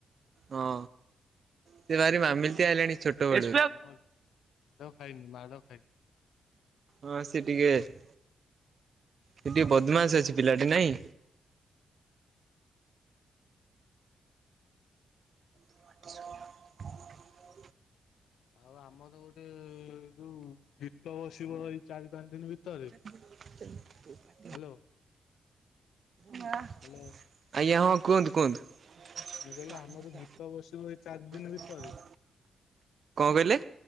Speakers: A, on the right; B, on the left.
A: ହଁ ସେ ଭାରି ମାମିଲିତିଆ ହେଲେଣି ଛୋଟ ବେଳୁ।
B: ଆପ୍ ଗନ ମାଡ ଖାଇନି ମାଡ ଖାଇନି। <unintelligible>
A: ହଁ ସେ ଟିକିଏ ସେ ଟିକିଏ ବଦମାସ ଅଛି ପିଲାଟି ନାଇଁ? <inaudible>
B: ଆଉ ଆମର ଗୋଟେ ଯୋଉ ଗୀତ ବସିବ ଏଇ ଚାରି ପାଞ୍ଚ ଦିନି ଭିତରେ
A: <inaudible>
B: ହ୍ୟାଲୋ
A: ନା।
B: ହାଲୋ।
A: ଆଜ୍ଞା ହଁ କୁହନ୍ତୁ କୁହନ୍ତୁ।
B: ମୁଁ କହିଲି ଆମର ଗୀତ ବସିବ ଏଇ ଚାରି ଦିନ
A: କଣ
B: ଭିତରେ
A: କହିଲେ?